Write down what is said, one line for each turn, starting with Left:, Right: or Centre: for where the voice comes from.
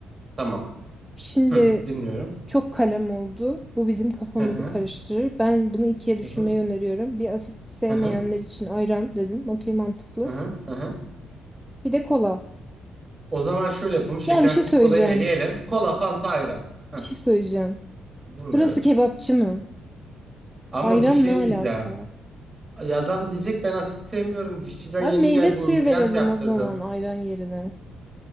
Right: Tamam.
Centre: Şimdi
Right: Hı, dinliyorum.
Centre: çok kalem oldu. Bu bizim kafamızı
Right: Hı hı.
Centre: karıştırır. Ben bunu ikiye düşürmeyi
Right: Hı hı.
Centre: öneriyorum. Bir asit sevmeyenler
Right: Hı hı.
Centre: için ayran dedim. Okey mantıklı.
Right: Hı hı. Hı hı.
Centre: Bir de kola.
Right: O zaman şöyle yapalım. Şekersiz
Centre: Ya bir şey söyleyeceğim.
Right: kolayı eleyelim. Kola, Fanta, ayran. Hı.
Centre: Bir şey söyleyeceğim.
Right: Dinliyorum.
Centre: Burası kebapçı mı?
Right: Ama
Centre: Ayran
Right: bir şey
Centre: ne
Right: diyeceğim.
Centre: alaka?
Right: Ay, Adam diyecek ben asit sevmiyorum. Dişçiden
Centre: Abi
Right: yeni
Centre: meyve
Right: geldim
Centre: suyu
Right: implant
Centre: verelim
Right: yaptırdım.
Centre: o zaman ayran yerine.